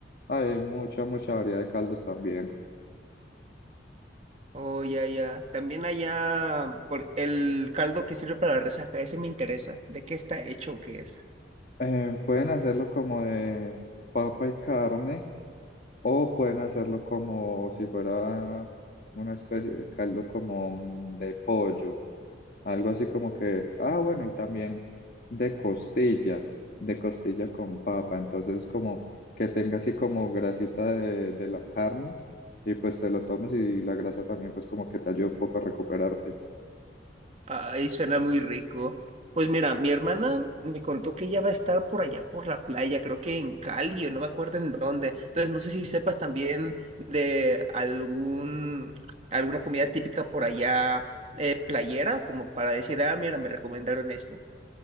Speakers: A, on the left; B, on the right.
A: Hay mucha, mucha variedad de caldos también.
B: Oh, ya, ya. También allá por el caldo que sirve para la resaca, ese me interesa. ¿De qué está hecho o qué es?
A: Eh, pueden hacerlo como de papa y carne o pueden hacerlo como si fuera una especie de caldo como mm, de pollo, algo así como que, ah, bueno, y también de costilla, de costilla con papa, entonces como que tenga así como grasita de, de la carne y pues te lo tomes y la grasa también pues como que te ayuda un poco a recuperarte.
B: Ay, suena muy rico. Pues mira, mi hermana me contó que ella va a estar por allá por la playa, creo que en Cali o no me acuerdo en dónde. Entonces no sé si sepas también de algún alguna comida típica por allá eh, playera, como para decir, ah, mira, me recomendaron este.